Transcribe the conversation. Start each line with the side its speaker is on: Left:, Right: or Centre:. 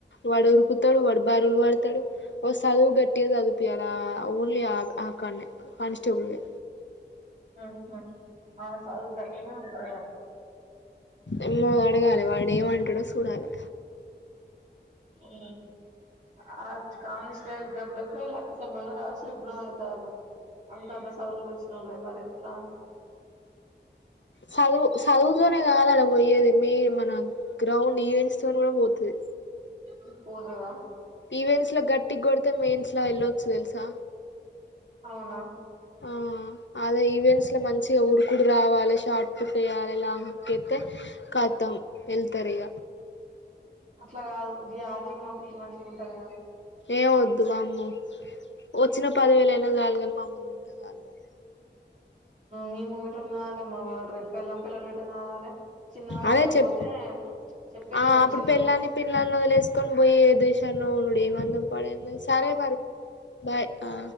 Left: వాడు ఉరుకుతడు, వాడు బరువులు వడతడు, ఓ సదువు గట్టిగా సదువ్ పియలే ఆ ఓన్లీ ఆ కాన్నె కనిస్టబుల్వె.
Right: అహ ఆ సదువు గట్టిగనే ఉంటద్.
Left: ఎమ్మో అడగాలె, వాడు ఎం అంటడొ సూడాలె.
Right: ఓం రాపియి. ఆ కానిస్టబుల్ జాబ్లకి లక్ష మంది రాశి, విఫలం అయితార్రు. అంతంత సదువులు ఒచ్చిన వొళ్ళే మరి ఎట్లా.
Left: చదువు చదువుతోనే కాదు ఆడ వొయ్యేది, మెయిన్ మన గ్రౌండ్ ఈవెంట్స్ తోని కూడా వొతది.
Right: ఉహ్ పోతదా.
Left: ఈవెంట్స్లో గట్టిగ కొడితే మెయిన్స్ లో వెళ్ళొచ్చు తెలుసా.
Right: అవునా
Left: ఆ అదే ఈవెంట్స్ లో మంచిగా ఉరుకుడు రావాలి, షార్ట్ పుట్ వేయాలి, లాంగ్ పుట్ ఎత్తే మొత్తం వెళ్తరిగ.
Right: అట్లా కాదు గి ఆర్మింగ్ పంపిత్తె మంచిగ ఉంటది కదా.
Left: ఏం వద్దు వామ్మో వచ్చిన పదివేలయినా సాలుగని మా ముందు. ఉంటే చాలు వాడు
Right: మీ ముంగట ఉన్న అంటే మాడు ట్రిప్ పెళ్ళాం, పిల్లల్ని ఎట్ సాగాలే, చిన్న వయసుల
Left: అదే చెప్
Right: పోతే. చెప్పేదిను
Left: ఆ అప్పుడు
Right: చిన్న
Left: పెళ్ళాని, పిల్లల్ని వదిలేసుకొని పోయి ఏ దేశమ్ లొ ఉండుడు. ఏం అందం పాడయింది. సరే. మరి, బాయ్ ఆ.